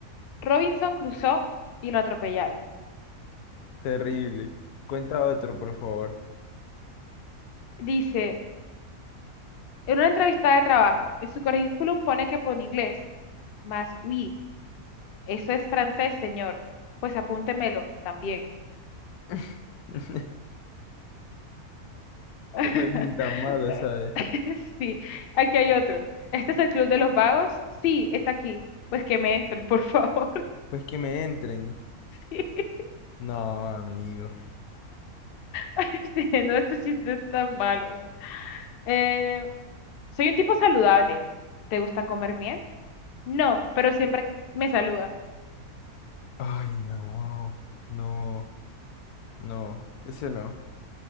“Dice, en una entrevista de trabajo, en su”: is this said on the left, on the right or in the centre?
Left